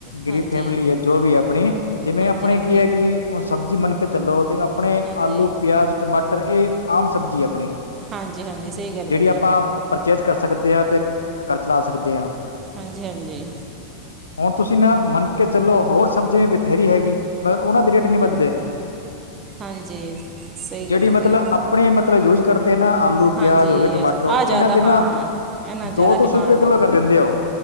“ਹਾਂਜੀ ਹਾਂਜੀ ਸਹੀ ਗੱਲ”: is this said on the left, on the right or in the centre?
Right